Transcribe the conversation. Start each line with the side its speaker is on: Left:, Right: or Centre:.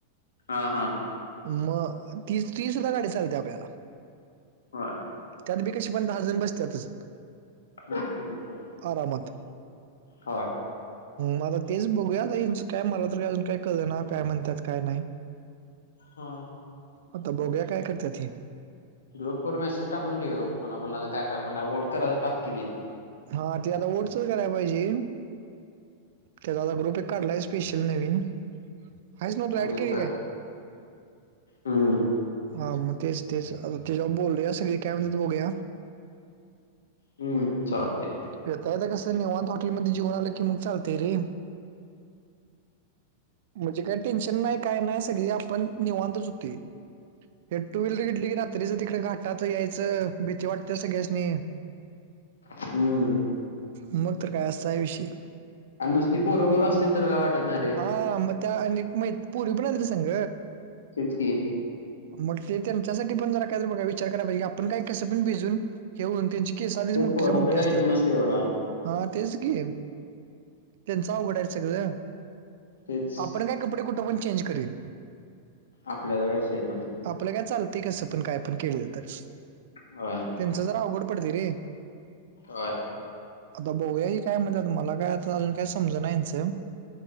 Left: हा. हा.
Right: मग ती ती सुद्धा गाडी चालत्या आपल्याला
Left: हो
Right: त्यात बी कशी पण दहा जण बसतातच
Left: हम
Right: आरामात
Left: हो
Right: मला तेच बघूयाच काय मला तरी अजून काय कर ना काय म्हणतात काय नाही
Left: हा
Right: आता बोग्या काय करते ती
Left: ग्रुप वर मेसेज टाकून ठ को कोणां काय काय म्ह वोट करां टाकी
Right: हा ते आता ओटचल कराय पाहिजे ते दादा ग्रुप एक घरला आहे स्पेशल नवीन आहेच नव्हतं ऍड
Left: दे
Right: केली
Left: काा
Right: काय
Left: हम्म
Right: हा मग तेच तेच तेच्या बोललू या सगळी काय म्हण बघूया
Left: हम्म चालते
Right: येता येता कसं निवांत हॉटेलमध्ये जेऊन आलं की मग चालतय रे.. म्हणजे काय टेन्शन नाही काय नाही सगळे आपण निवांतच होते हे टू व्हीलर घेतली की रात्रीच तिकडे घाटात यायचं भीती वाटते सगळ्या्यांनी
Left: हम्म
Right: मग तर काय असाय विषय
Left: आणि नुसती पोर पोर असती तर काय वाटत नाही रे
Right: हा मग त्या आणि मग पुरी पण आली संांग
Left: तसकी
Right: मग ते त्यांच्यासाठी पण जरा काय तर बघा विचार करा आपण काय कसं पण भिजून हेऊन त्यांचे केस आधीच
Left: तेच
Right: मोठठेच्या
Left: पोरांचा
Right: मोठ्या
Left: काय
Right: असतात
Left: विषय नसतोय एवढा
Right: हा तेच की त्यांचं उवघडायला सगळ
Left: तेच
Right: आपण काय कपडे कुठं पण चेंज करेल
Left: आपल्याला काय शेत नाही
Right: आपलं काय चालतय कसं पण काय पण केलं तर
Left: ह
Right: त्यांचं जरा अवघड पडते रे
Left: ह
Right: आता बघूया काय म्हणतात मला काय आता अजून काय समज नाहीचं